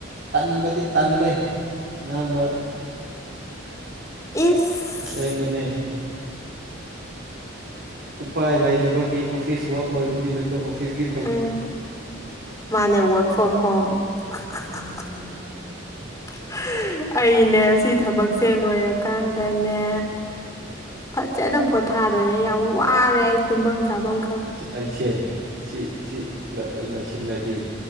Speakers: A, on the right (about 55°); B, on the left (about 15°).
A: ꯇꯟꯕꯗꯤ ꯇꯜꯂꯦ ꯉꯥꯡꯕ
B: ꯏꯁ
A: ꯑꯁꯦꯡꯕꯅꯦ ꯎꯄꯥꯏ ꯂꯩꯗꯕꯒꯤ ꯑꯣꯐꯤꯁ ꯋꯥꯛ ꯑꯣꯏꯕꯅꯤꯅ ꯈꯣ ꯑꯣꯐꯤꯁꯒꯤ
B: ꯎꯝ ꯃꯥꯅꯦ ꯋꯥꯔ꯭ꯛ ꯐ꯭ꯔꯣꯝ ꯍꯣꯝ <unintelligible> ꯑꯩꯅꯦ ꯁꯤ ꯊꯕꯛꯁꯦ ꯂꯣꯏꯔꯀꯥꯟꯗꯅꯦ ꯐꯖꯅ ꯄꯣꯊꯥꯗꯣꯏꯅꯦ ꯌꯥꯝ ꯋꯥꯔꯦ ꯑꯩ ꯇꯨꯝꯕꯝ ꯆꯥꯕꯝ
A: ꯑꯩꯁꯦ ꯁꯤ ꯁꯤ ꯂꯣ ꯂꯣꯏꯁꯤꯜꯂꯗꯤ